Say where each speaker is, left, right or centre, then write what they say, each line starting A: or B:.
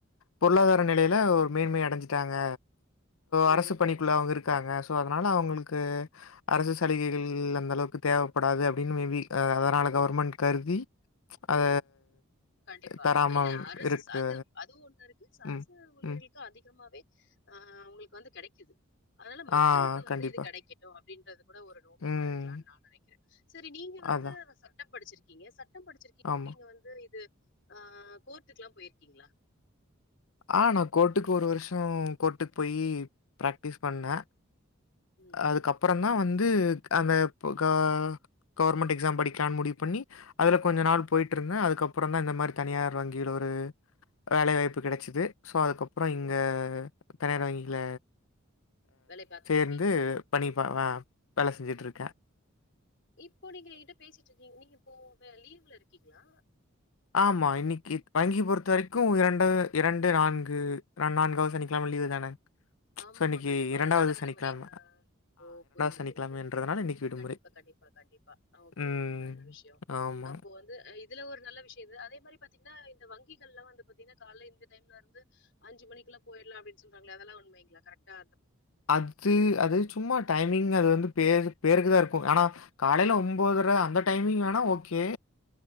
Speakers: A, on the left; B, on the left.
A: பொருளாதார நிலையில ஒரு மேன்மை அடஞ்சி ட்டாங்க
B: ம்
A: அரசு பணிக்குள்ள அவங்க இருக்கு இருக்காங்க அதனால அவங்களுக்கு அரசு சலுகைகள் அந்த அளவுக்கு தேவப்படாது அப்டின்னு மேபி அதனால கவர்மெண்ட் கருதி அத
B: கண்டிப்பா
A: தராம
B: இல்ல அரசு
A: இருக்கு.
B: அது அதுவு ஒண்ணு இருக்கு அரசு
A: ம்,
B: ஊழியர்களுக்கு
A: ம்.
B: அதிகமாவே ஆஹ் அவ்ங்ளுக்கு வந்து கெடைக்குது அதால மக்களுக்கு
A: ஆ
B: வந்து
A: கண்டிப்பா.
B: இது கெடைக்கட்டு அப்டின்றது கூட ஒரு நோக்கமா
A: ம்.
B: இருக்கலாம்னு நா நெனைக்கிறே செரி நீங்க வந்து
A: அதான்.
B: சட்டம் படிச்சிருக்க இருக்கீங்க சட்டம் படிச்சிருக்கீங்க
A: ஆமா.
B: நீங்க வந்து இது ஆஹ் கோர்ட்டுக்குல்லா போயிருக்கீங்ளா
A: ஆஹ் நா கோர்ட்டுக் ஒரு வருஷம் கோர்ட்டுக் போய் பிராக்டிஸ் பண்ணே
B: ம்.
A: அதுக்கப்புறம் தா வந்து அந்த க கவர்மெண்ட் எக்ஸாம் படிக்லான்னு முடிவு பண்ணி அதில் கொஞ்சநாள் போய்ட்டிருந்தே அதுக்கப்புறம் தா இந்த மாரி தனியார் வங்கியில ஒரு வேலை வாய்ப்பு கெடச்சிது சோ அதுக்கப்புறோ
B: ஓ!
A: இங்க தனியார் வங்கில
B: வேலை பாத்திட்ரு
A: இருந்து பண்ணி இப்பவா வேல செஞ்சுட்ருக்கே
B: இப்போ நீங்க என்கிட்ட பேசிட்ருக்கீங்க நீங்க இப்போ லீவ்ல இருக்கீங்ளா
A: ஆமா இன்னைக்கி வங்கி பொறுத்த வரைக்கு இரண்டு இரண்டு நான்கு நா நான்காவது சனிக்கிழம லீவு தானே
B: ஆமா
A: ஸோ,
B: ஆமா
A: இன்னைக்கு
B: கண்டிப்பா அதனால விடுமுறை
A: சனிக்கிழமை.
B: ஆ ஆ ஓ புரியுது
A: சனிக்கிழமைன்றதுனால
B: புரியுது
A: இன்னைக்கு விடுமுறை.
B: கண்டிப்பா கண்டிப்பா கண்டிப்பா ஓக்கே
A: ம்.
B: ஓக்கே நல்ல விஷயோ
A: ஆமா.
B: அப்போ வந்து இதுல ஒரு நல்ல விஷயோ ஏது அதே மாரி பாத்தீங்கன்னா இந்த வங்கிகள்லா வந்து பாத்தீங்கனா கால இந்த டைம் இருந்து அஞ்சு மணிக்குல போயிர்லா அப்டினு சொல்றாங்ளே அதெல்லா உண்மை கரெக்டா
A: அத்து அது சும்மா டைமிங் அது வந்து பேரு பேருக்குதா இருக்கும் ஆனா காலைல ஒம்போதரை அந்த டைமிங் ஆனா ஓக்கே